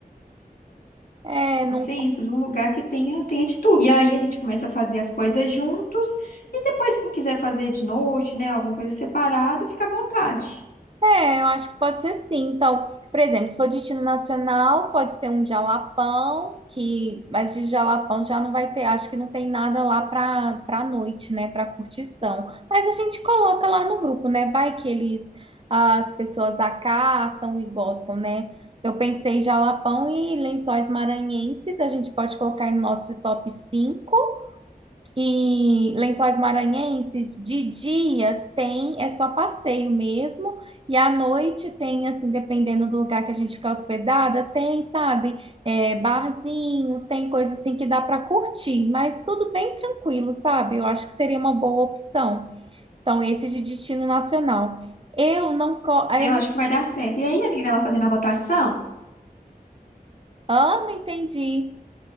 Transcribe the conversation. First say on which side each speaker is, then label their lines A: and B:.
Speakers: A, on the right; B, on the left.
A: É, é, não
B: consenso de um lugar que tenha, tenha de tudo. E aí a gente começa a fazer as coisas juntos e depois quem quiser fazer de noite, né, alguma coisa separada, fica à vontade.
A: É, eu acho que pode ser sim. Então, por exemplo, se for destino nacional, pode ser um jalapão, que, mas de jalapão já não vai ter, acho que não tem nada lá para para noite, né, para curtição. Mas a gente coloca lá no grupo, né? Vai que eles as pessoas acatam e gostam, né? Eu pensei em jalapão e lençóis maranhenses, a gente pode colocar em nosso top 5 e Lençóis Maranhenses, de dia tem, é só passeio mesmo, e à noite tem, assim, dependendo do lugar que a gente ficar hospedada, tem, sabe, é, barzinhos, tem coisa assim que dá para curtir, mas tudo bem tranquilo, sabe? Eu acho que seria uma boa opção. Então, esse de destino nacional. Eu não, co- eu,
B: Eu acho que vai dar certo. E aí, amiga, ela fazendo a votação,
A: ah, não entendi.